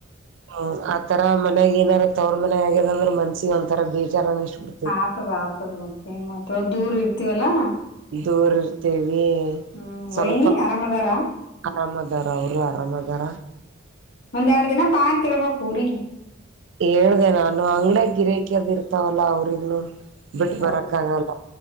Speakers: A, on the right (about 65°); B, on the left (about 60°).
A: ಹ್ಮ ಆತರ ಮನ್ಯಾಗ ಏನಾರ ತವ್ರು ಮನೆಯ ಆಗ್ಯದ ಆಗದಂದ್ರೆ ಮನ್ಸಿಗ ಒಂತರ ಬೇಜಾರ ಇಸ್ಬಬಿಡ್ತ್
B: ಆತದ್ ಆತದ್ ಮಾತ್ ಏನ್ ಮಾಡ್ತಯವ ದೂರ್ ಇರ್ತಿವಲ್ಲಾ.
A: ದೂರ್ ಇರ್ತೀವೀ.
B: ಹ್ಮ್
A: ಸ್ವಲ್ಪ
B: ವೈನಿ ಆರಾಮದಾರ
A: ಆರಾಮದಾರ ಅವರು ಆರಾಮದಾರ.
B: ಒಂದೇರಡ್ ದಿನ ಬಾ ಅಂತ ಹೇಳ್ಬೇಕು ಊರಿಗೆ.
A: ಹೇಳ್ದ ನಾನು ಅಂಗ್ಡಿಯ ಗಿರಕಿ ಅದ್ ಇರ್ತಾವಲ್ಲ ಅವ್ರಿಗುನು ಬಿಟ್ಟ
B: ಹೌದು
A: ಬರಕ್ ಆಗಲ್ಲ.